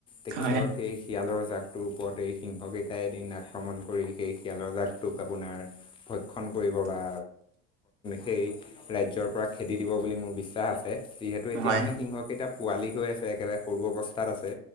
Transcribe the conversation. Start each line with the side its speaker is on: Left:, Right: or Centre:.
Left: তেখেতৰ
Right: হয়, হয়।
Left: সেই শিয়ালৰ জাকটোৰ ওপৰত এই সিংহকেইটাই এদিন আক্ৰমণ কৰি সেই শিয়ালৰ জাকটোক আপোনাৰ ভক্ষণ কৰিব বা সেই ৰাজ্যৰ পৰা খেদি দিব বুলি মোৰ বিশ্বাস আছে। যিহেতু এতিয়া
Right: হয়,
Left: মানে সিংহকেইটা পোৱালি হৈ আছে একেবাৰে সৰু অৱস্থাত আছে